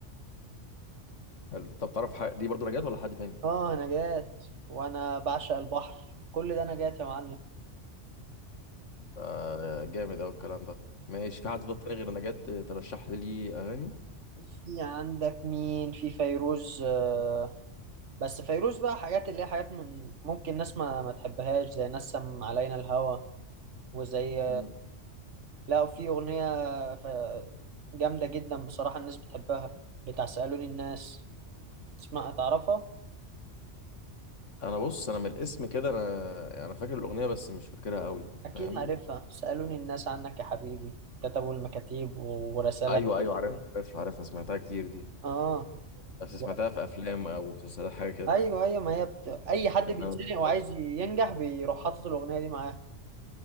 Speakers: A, on the left; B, on the right.
A: حلو طب تعرف حاجة دي برضو نجاة ولا حد تاني
B: آه نجاة وأنا بعشق البحر كل ده نجاة يا معلم
A: آه، جامد أوي الكلام ده ماشي في حد طب تاني غير نجاة ترشح لي ليه أغاني
B: في عندك مين في فيروز آه، بس فيروز بقى حاجات اللي هي حاجات من ممكن ناس ما, ما تحبهاش زي نسم علينا الهوى وزي
A: مم.
B: لا في أغنية ف- جامدة جدا بصراحة الناس بتحبها بتاع سألوني الناس اسمها تعرفها
A: أنا بص أنا من الاسم كده أنا أنا فاكر الأغنية بس مش فاكرها أوي
B: أكيد
A: فاهمني
B: عارفها سألوني الناس عنك يا حبيبي كتبوا المكاتيب ورسالة
A: أيوه أيوه عارف عارف عارفها سمعتها كتير دي
B: آه
A: بس سمعتها
B: و-
A: في أفلام أو مسلسلات حاجة كده
B: أيوه أيوه ما هي بت... أي حد
A: إنما
B: بيتزنق
A: ما سمعتهاش.
B: وعايز ينجح بيروح حاطط الأغنية دي معاه